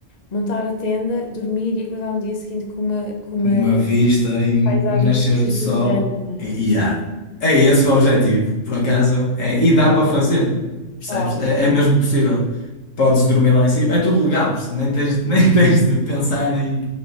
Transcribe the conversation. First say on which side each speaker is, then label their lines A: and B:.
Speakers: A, on the left (about 40°); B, on the left (about 80°).
A: montar a tenda, dormir e acordar no dia seguinte com uma, com uma
B: uma vista e um
A: paisagem
B: nascer
A: deslumbrante,
B: do sol.
A: não é?
B: E,
A: Sim.
B: e há. É esse o objetivo, por acaso. É, e dá para fazer, percebes?
A: Uau,
B: É, é mesmo possível. Podes dormir lá em cima, é tudo legal, nem tens, <laughs> nem tens de pensar em,